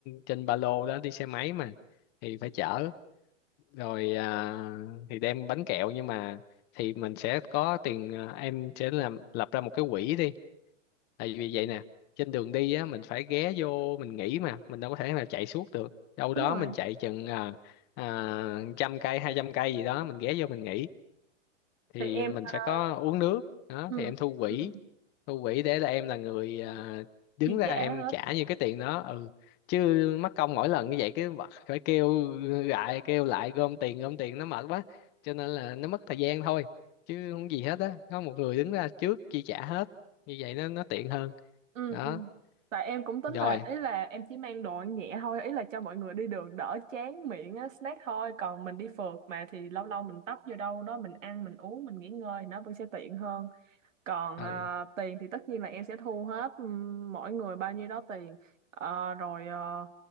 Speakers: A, on the left; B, on the right.
A: trên ba lô đó đi xe máy mà thì phải chở rồi à, thì đem bánh kẹo nhưng mà thì mình sẽ có tiền à, em sẽ làm lập ra một cái quỹ đi tại vì vậy nè trên đường đi á mình phải ghé vô mình nghỉ mà mình đâu có thể nào chạy suốt được đâu
B: đúng
A: đó
B: rồi.
A: mình chạy chừng à, à, trăm cây hai trăm cây gì đó mình ghé vô mình nghỉ thì
B: Thì em
A: mình
B: ờ,
A: phải có uống nước đó
B: ừ.
A: thì em thu quỹ
B: Ừ.
A: thu quỹ để là em là người à, đứng
B: chia
A: ra
B: sẻ
A: em
B: hết
A: trả như cái tiền đó ừ chứ mắc công mỗi lần như vậy cái bật phải kêu lại kêu lại gom tiền gom tiền nó mệt quá cho nên là nó mất thời gian thôi chứ không gì hết á có một người đứng ra trước chi trả hết như vậy nó nó tiện hơn
B: ừ
A: đó
B: ừ tại em cũng tính
A: rồi
B: là ý là em chỉ mang đồ ăn nhẹ thôi ý là cho mọi người đi đường đỡ chán miệng á, snack thôi còn mình đi phượt mà thì lâu lâu mình tấp vô đâu đó mình ăn mình uống mình nghỉ ngơi nó vẫn sẽ tiện hơn còn
A: ừ
B: à, tiền thì tất nhiên là em sẽ thu hết ừm, mỗi người bao nhiêu đó tiền Ờ, rồi ờ,